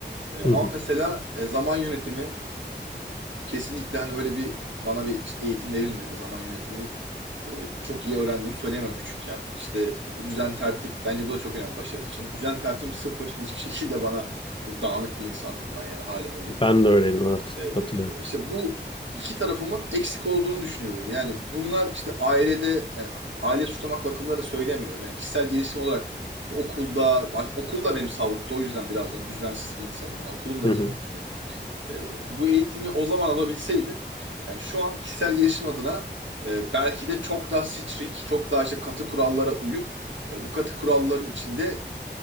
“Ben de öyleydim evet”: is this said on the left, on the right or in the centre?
Left